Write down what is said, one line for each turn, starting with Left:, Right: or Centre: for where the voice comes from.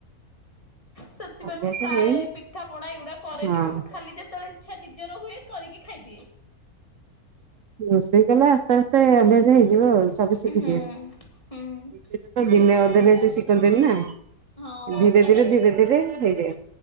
Left: ସେଥିପାଇଁ
Right: ଅଭ୍ୟାସ
Left: ମୁଁ ପ୍ରାୟ
Right: ହେଇନି
Left: ପିଠା ପଣା ଏଇଗୁଡା କରେନି।
Right: ହଁ
Left: ଖାଲି ଯେତେବେଳେ ଇଚ୍ଛା ନିଜର ହୁଏ କରିକି ଖାଇଦିଏ।
Right: ରୋଷେଇ କଲେ ଆସ୍ତେ ଆସ୍ତେ ଅଭ୍ୟାସ ହେଇଯିବ ଆଉ ସବୁ ଶିଖିଯିବେ।
Left: ହୁଁ ହୁଁ
Right: ସେଟା ତ
Left: ସେଥି
Right: ଦିନେ ଅଧେରେ ସେ ଶିଖନ୍ତିନି ନା
Left: ହଁ
Right: ଧୀରେ
Left: ତାପରେ
Right: ଧୀରେ ଧୀରେ ଧୀରେ ହେଇଯାଏ।